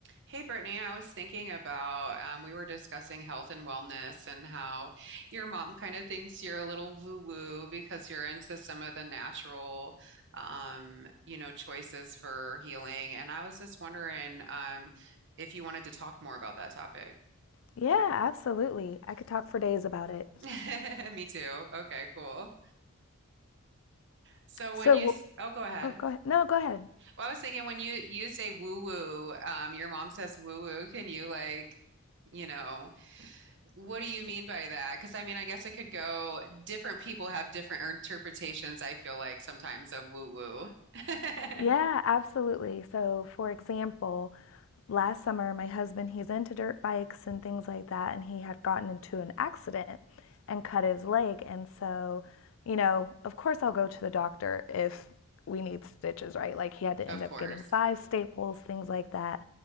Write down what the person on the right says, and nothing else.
Hey Brittany, I was thinking about um, we were discussing health and wellness and how your mom kind of thinks you're a little woo-woo because you're into some of the natural, um, you know, choices for healing. And I was just wondering um, if you wanted to talk more about that topic.
<laughs> Me too. Okay, cool. So
when you,
s- oh, go ahead.
Well, I was thinking when you you say woo-woo, um, your mom says woo-woo. Can you like, you know? What do you mean by that? Because I mean, I guess it could go, different people have different interpretations, I feel like sometimes of woo woo. <laughs>
Of
course.